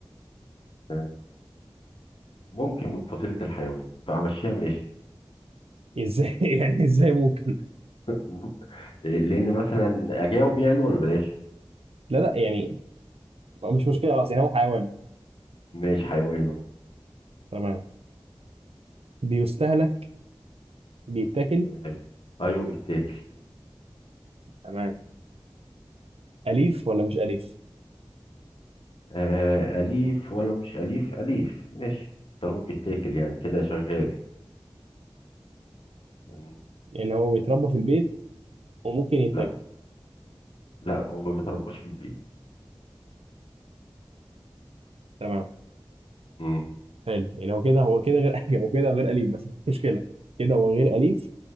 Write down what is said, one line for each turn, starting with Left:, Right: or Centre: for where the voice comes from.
Left: آه ممكن من فصيلة الحيوان فامشيها ماشي
Right: ازاي <laughs> يعني ازاي ممكن
Left: م- آه، لان مثلا اجاوب يعني ولا بلاش
Right: لا لا يعني مش مشكلة خلاص يعني هو حيوان
Left: ماشي حيوان أهو.
Right: تمام بيستهلك بيتاكل
Left: آه ايوه بيتاكل
Right: تمام أليف ولا مش أليف؟
Left: آه اليف ولا مش اليف اليف ماشي طالما بيتاكل يعني كده شغال مم،
Right: يعني هو بيتربى في البيت وممكن يتاكل
Left: لا لا هو ما بيترباش في البيت
Right: تمام
Left: مم.
Right: حلو يعني هو كده هو كده غير <laughs> هو كده غير أليف بس مش مشكلة كده هو غير أليف